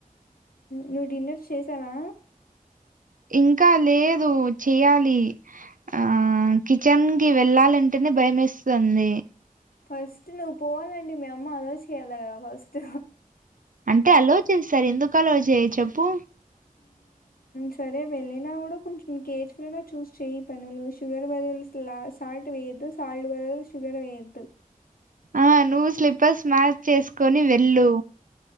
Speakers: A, on the left; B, on the right.
A: నువ్వు డిన్నర్ చేసారా
B: ఇంకా లేదు చెయ్యాలి ఆ కిచెన్ కి వెళ్ళాలంటేనే భయం ఎస్తుందండి
A: ఫస్ట్ నువ్వు పోవాలండి మీ అమ్మ అలో చేయాలి కదా ఫస్ట్
B: అంటే ఆలోచిస్తారు ఎందుకు అలోచేయరు చెప్పు
A: సరే వెళ్ళినా కూడా కొంచెం కేర్ఫుల్గా చూస్ చేయ్ పనులు షుగర్ బదులులా సాల్ట్ వేయద్దు సాల్ట్ బదులు షుగర్ వేయద్దు
B: ఆ నువ్వు స్లిపర్స్ మ్యాచ్ చేసుకొని వెళ్ళు